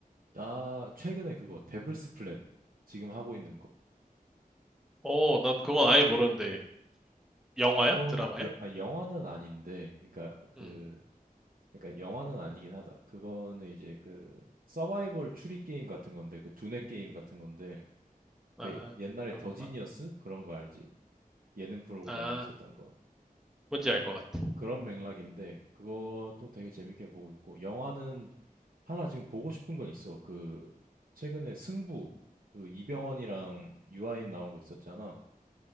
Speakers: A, on the right; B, in the centre.
A: 나 최근에 그거 데블스 플랜 지금 하고 있는 거.
B: 어, 나 그건 아예 모르는데 영화야?
A: 그거는
B: 드라마야?
A: 여, 아, 영화는 아닌데, 그러니까 그
B: 음.
A: 그러니까 영화는 아니긴 하다. 그거는 이제 그 서바이벌 추리 게임 같은 건데, 그 두뇌 게임 같은 건데,
B: 아,
A: 왜 옛날에
B: 그렇구나.
A: 더 지니어스 그런 거 알지? 예능 프로그램으로
B: 아,
A: 있었던 거.
B: 뭔지
A: 어.
B: 알 것 같아.
A: 그런 맥락인데 그것도 되게 재밌게 보고 있고 영화는 하나 지금 보고 싶은 건 있어. 그 최근에 승부 그 이병헌이랑 유아인 나온 거 있었잖아.